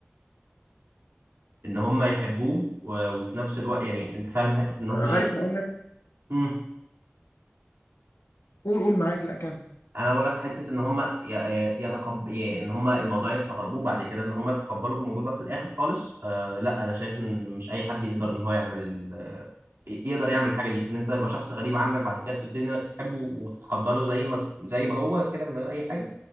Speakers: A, on the right; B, on the left.
A: ان هم يحبوه و- وفي نفس الوقت يعني انت فاهم حته ان هم ايه
B: عارف اقول لك
A: مم.
B: قول قول معاك لا كمل
A: انا بقول لك حته ان هم ي- ي- يتقب ي- ان هم الموضوع يستغربوه بعد كده ان هم يتقبلوا الموضوع ده في الاخر خالص آه لا انا شايف ان مش اي حد يقدر ان هو يعمل ال... يقدر يعمل الحاجه دي ان انت تبقى شخص غريب عنك بعد كده تبتدي انك تحبه وتتقبله زي ما زي ما هو كده من غير اي حاجه